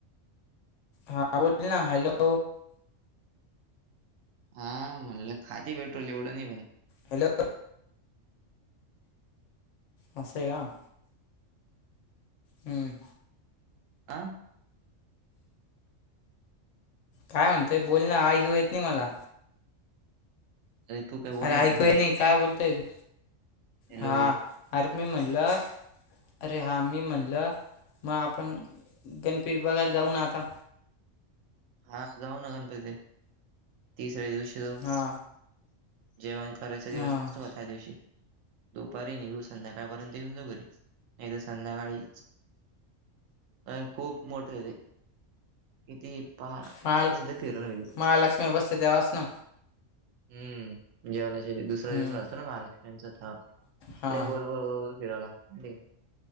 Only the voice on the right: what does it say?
हा म्हणलं खाती पेट्रोल एवढं नाय पण.
आं?
अरे तू काय बोलत
होता
ना
हॅलो
हान जाऊ ना गणपती, तिसऱ्या दिवशी जाऊ.
जेवण करायचा दिवस
नसतो का, त्या दिवशी. दुपारी निगू संध्याकाळपर्यंत येेऊन जाऊ घरी, नही तर संध्याकाळी अ खूप मोठ रे, ते किती? <inaudible> अ
अ फिरून होईल,
हम्म. जेवणाच्या दुसरा
दिवस राहतो ना, महालक्षमिंचा तेव्हा,
लई गोल गोल गोल फिराव लाग हे